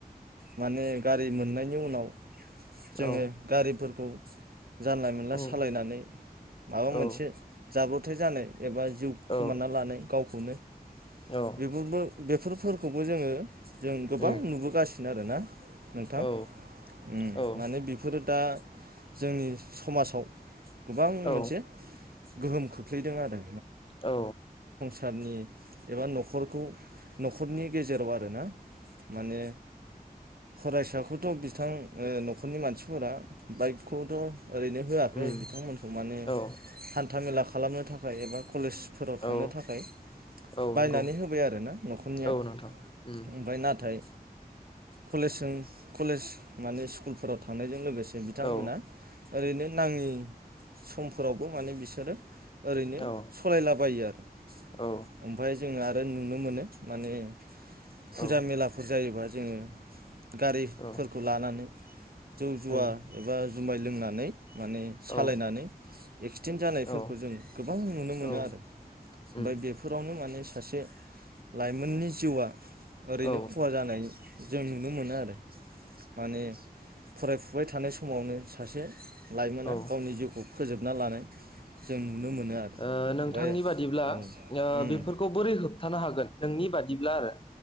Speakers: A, on the right; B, on the left.
A: माने गारि मोननायनि उनाव जोङो
B: औ
A: गारि फोरखौ जानला मोनला
B: उम
A: सालायनानै माबा
B: औ
A: मोनसे जाब्रबथाय जानाय। एबा जिउ खोमानना
B: औ
A: लानाय गावखौनो
B: औ
A: बेफोरबो बेफोर खौबो जोङो जोंङो जों गोबां
B: उम
A: नुबो गासिनो आरोना। नोंथां
B: औ
A: उ
B: औ
A: माने बेफोरो दा जोंनि समाजाव गोबां
B: औ
A: मोनसे गोहोम खोख्लैदों आरो।
B: औ।
A: सारनि एबा न'खरखौ न'खरनि गेजेराव आरोना माने फरायसा खौथ' बिथां ओ न'खरनि मानसि फोरा बाइक खौथ' ओरैनो होआखै
B: उम
A: बिथां मोनखौ माने
B: औ
A: हान्थामेला खालामनो थाखाय एबा कलेज फोराव थांनो
B: औ
A: थाखाय
B: औ
A: बायनानै
B: नंगौ
A: होबाय आरोना न'खर निया।
B: औ नोंथां उम
A: ओमफ्राय नाथाय कलेजजों कलेज माने स स्कुल फोराव थांनायजों लोगोसे बिथांमोना
B: औ
A: ओरैनो नाङि सम फोरावबो माने बिसोरो ओरैनो
B: औ
A: सालायला बायो आरो
B: औ
A: ओमफ्राय जोङो आरो फ्राय नुनो मोनो माने फुजा
B: औ
A: मेला फोर जायोबा जोङो गारि
B: औ
A: फोरखौ लानानै जौ-जुवा
B: उम
A: एबा जुमाय लोंनानै माने
B: औ
A: सालायनानै एक्सिडेन्ट जानाय फोरखौ
B: औ
A: जों गोबां नुनो मोनो।
B: औ
A: आरो ओमफ्राय
B: उम
A: बेफोरावनो माने सासे लाइमोननि जिउआ ओरैनो
B: औ
A: खहा जानाय जों नुनो मोनो आरो माने फराय फुबाय थानाय समावनो सासे लाइमोना
B: औ ओ
A: गावनि जिउखौ फोजोबना लानाय जों नुनो मोनो आरो
B: ओ नोंथांनि
A: ओमफ्राय
B: बादिब्ला
A: औ
B: ओ
A: उम
B: बेफोरखौ बोरै होबथानो हागोन? नोंनि बादिब्ला आरो।